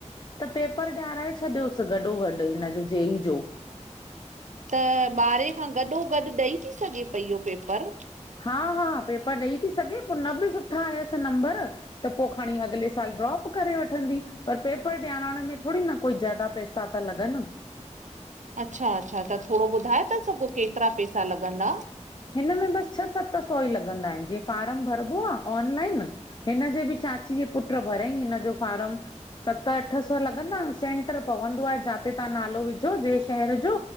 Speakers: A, on the left (about 35°); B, on the right (about 80°).
A: त पेपर ॾियाराए छॾियोसि गॾो गॾु हिन जो जे ई जो,
B: त ॿारहें खां गॾो गॾु ॾेई ती सघे पई इहो पेपर?
A: हा- हा, पेपर ॾेई ती सघे पो न बि सुठा आयसि नंबर त पो खणी अॻिले साल ड्रॉप करे वठंदी, पर पेपर ॾियारण में थोड़ी न, कोई ज़्यादा पैसा ता लॻनि।
B: अच्छा -अच्छा, त थोड़ो ॿुधाए ता सघो, केतिरा पैसा लॻंदा?
A: हिन में बसि छह सत सौ ई लॻंदा आहिनि, जीअं फार्म भरिबो आ ऑनलाइन, हिनजे बि चाची जे पुट भरियईं हिनजो फार्म। सत अठ सौ लॻंदा सेंटर पवंदो आ, जाते तव्हां नालो विझो जहिं शहर जो